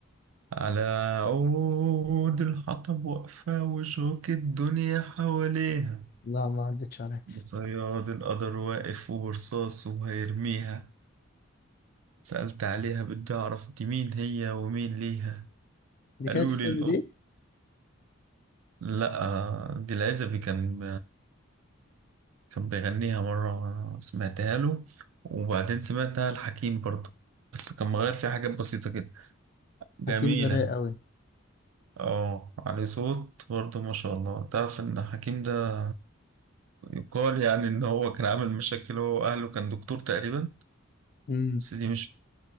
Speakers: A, on the right; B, on the left.
A: على عود الحطب واقفة وشوك الدنيا حواليها
B: لا ما عدتش عليها
A: بصياد القدر واقف وبرصاصه هيرميها سألت عليها بدي أعرف دي مين هي ومين ليها
B: اللي
A: قالوا
B: كانت في
A: لي الأم
B: الفيلم دي
A: لأ دي العزبي كان كان بيغنيها مرة وأنا سمعتها له وبعدين سمعتها لحكيم برضه بس كان مغير فيها حاجات بسيطة كده جميلة
B: حكيم ده رايق قوي
A: اه عليه صوت برضه ما شاء الله تعرف إن حكيم ده يقال يعني إن هو كان عامل مشاكل هو وأهله كان دكتور تقريبا
B: امم
A: بس دي مش